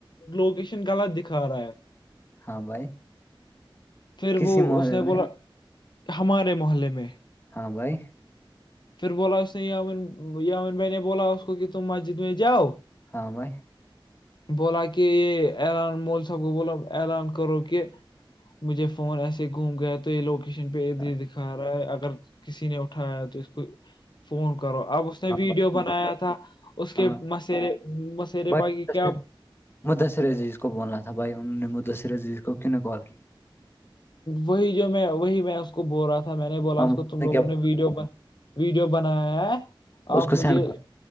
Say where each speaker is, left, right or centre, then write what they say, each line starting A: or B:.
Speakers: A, on the left (about 55°); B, on the left (about 25°).
A: لوکیشن غلط دکھا رہا ہے
B: ہاں بھائی
A: پھر
B: کسی
A: وہ
B: محرے
A: اس نے بولا
B: میں
A: ہمارے محلے میں
B: ہاں بھائی
A: پھر بولا اس نے یامن یامن بہ نے بولا اس کو کہ تم مسجد میں جاؤ
B: ہاں بھائی
A: بولا کہ یہ الان مول سب کو بولاو الان کرو کہ مجھے فون ایسے گھوم گیا تو یہ لوکیشن پہ ا
B: ہاں
A: دکھا رہا ہے اگر کسی نے اٹھایا تو اس کو فون کرو اب اس اس نے ویڈیو
B: بھائی،
A: بنایا تھا اس
B: ہاں
A: کے مسیرے مسیرے
B: بھائی
A: باقی کیا
B: مدثر عیز کو بولنا تھا بھائی انہوں نے مدثر عزیز کو کیوں نے کال کی
A: وہی جو میں وہی میں اس کو بول رہا تھا میں نے بولا
B: ہم
A: اس کو تم لوگوں
B: کیا بولا؟
A: نے ویڈیو بنا ویڈیو بنایا ہے آپ
B: اس کو سینڈ
A: مجھے
B: کر